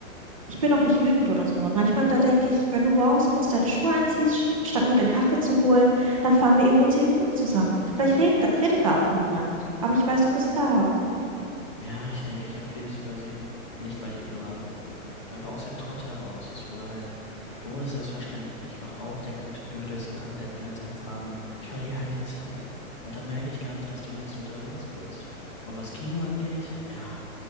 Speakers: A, on the right; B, on the left.
A: Ich bin auch nicht wütend oder so, aber manchmal da denke ich, wenn du morgens kurz deine Schuhe anziehst, statt nur den Kaffee zu holen, dann fahren wir eben nur zehn Minuten zusammen. Vielleicht reden, da- redet da auch niemand, aber ich weiß, du bist da.
B: Ja, ich denke, ich habe vieles übersehen. Nicht, weil ich ignorant bin. Einfach aus dem Trott heraus. Es wurde halt, du wurdest selbstverständlich. Ich wach auf, denk an To-Do-Listen, an Deadlines, an Farben. Ich verliere halt die Zeit. Und dann merke ich gar nicht, dass du längst unterwegs bist. Und was Kino angeht, ja,